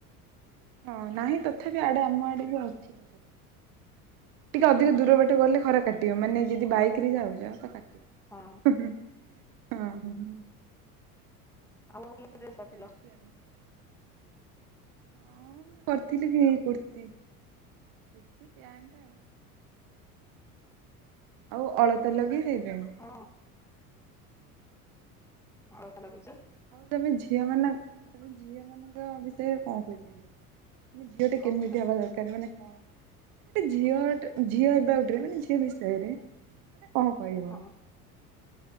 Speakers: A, on the right; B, in the centre.
A: ହଁ, ନାହିଁ ତଥାପି ଆଡେ ଆମ ଆଡେ ବି ଅଛି। ଟିକେ ଅଧିକ ଦୂର ବାଟ ଗଲେ ଖରା କାଟିବ, ମାନେ ଯଦି ବାଇକରେ ଯାଉଛ ତ କାଟିବ।
B: ହଁ।
A: ହଁ ହଁ।
B: ଆଉ ଆଉ କି
A: ଏମିତି
B: ଡ୍ରେସ୍ କରିଥିଲ?
A: <unintelligible> ହଁ, ମୁଁ କରିଥିଲି ବି ଏଇ କୁର୍ତ୍ତି। କୁର୍ତି ପ୍ୟାଣ୍ଟ୍ ଆଉ। ଆଉ ଅଳତା ଲଗେଇ <unintelligible>
B: ହଁ ଅଳତା ଲଗେଇଚ?
A: ଆଉ ତମେ ଝିଅମାନଙ୍କ, ତମେ ଝିଅମାନଙ୍କ ବିଷୟରେ କଣ କହିପାରିବ, ମାନେ ଝିଅଟା
B: କଣ
A: କେମିତି
B: କହିଲ
A: ହବା ଦରକାର? ମାନେ କଣ ଗୋଟେ ଝିଅଟେ ଝିଅ ହେବା, ଏବାଉଟରେ ମାନେ ଝିଅ ବିଷୟରେ ମାନେ କଣ କହିବ?
B: ହଁ